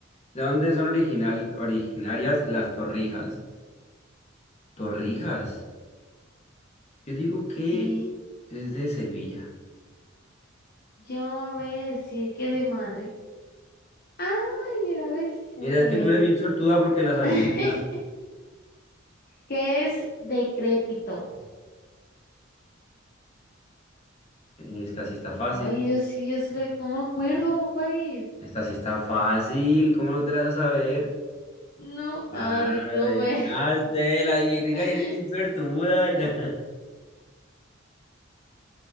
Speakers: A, on the left (about 35°); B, on the left (about 50°).
A: ¿De dónde son original, originarias las torrijas? ¿Torrijas? Yo digo que
B: Sí,
A: es de Sevilla.
B: yo voy a decir que de Madrid. Ay, mira, ves, se
A: Mira,
B: me salió
A: es que tú
B: bien.
A: eres bien suertuda porque las adivinas.
B: <laughs> ¿Qué es decrépito?
A: Esta sí está fácil.
B: Ay, yo sí, yo sí, lo- no me acuerdo, ¿cuál es?
A: Esta sí está fácil. ¿Cómo no te la vas a saber?
B: No, ay,
A: Ah,
B: no
A: la adivinaste,
B: me-
A: la adivinaste.
B: <laughs>
A: Eres bien suertuda. mira. <laughs>